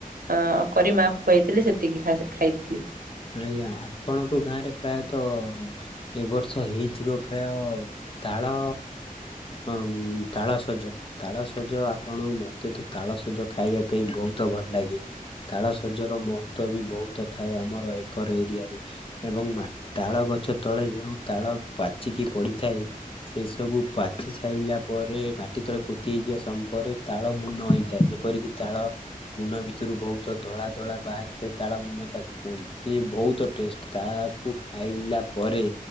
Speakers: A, on the right; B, on the left.
A: ଅ କରି ମାଆ ଖୁଆଇଥିଲେ ସେତିକି ଖା ଖାଇଥିଲି।
B: ଆଜ୍ଞା ଆପଣଙ୍କ ଗାଁରେ ପ୍ରାୟତଃ ଏ ବର୍ଷ ହେଇଥିବ ପପ୍ରାୟତଃ ତାଳ ହଁ ତାଳସଜ। ତାଳସଜ ଆପଣଙ୍କୁ ମତେ ତ ତାଳସଜ ଖାଇବା ପାଇଁ ବହୁତ ଭଲ ଲାଗେ। ତାଳ ଶଜ ର ମହତ୍ଵ ବି ବହୁତ ଥାଏ ଆମର ଏକର ଏରିଆ ରେ। ଏବଂ ତାଳ ଗଛ ତଳେ ଯେଉଁ ତାଳ ପାଚିକି ପଡିଥାଏ ସେ ସବୁ ପାଚି ସାଇିଲା ପରେ ମାଟି ତଳେ ପୋତି ହେଇଯିବା ସମୟ ପରେ ତାଳ ମୁନ ହେଇଥାଏ ଯେପରିକି ତାଳ ମୁନ ଭିତରୁ ବହୁତ ଧଳା ଧଳା ବାହାରିଥାଏ ତାଳ ମୁନ ତାକୁ କୁହନ୍ତି। ସିଏ ବହୁତ ଟେଷ୍ଟ ତାକୁ ଖାଇଲା ପରେ